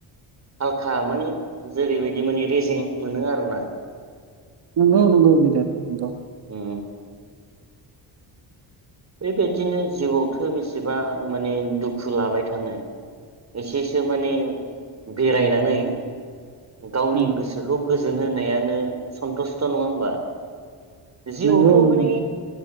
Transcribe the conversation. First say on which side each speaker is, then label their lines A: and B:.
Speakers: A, on the right; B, on the right.
A: हालखा माने जेरैबायदि माने रेजें मोनो आरोना।
B: नोंगौ नोंगौ गेदेद नोंगौ।
A: उम बेबायदिनो जिउआवथो बेसे बिसेबां माने दुखु लाबाय थानो एसेसो माने बेरायनानै गावनि
B: औ
A: गोसोखौ गोजो गोजोन होनायानो सन्थुस्थ' नङा होमबा? जिउआवथ'
B: नंगौ नंगौ
A: माने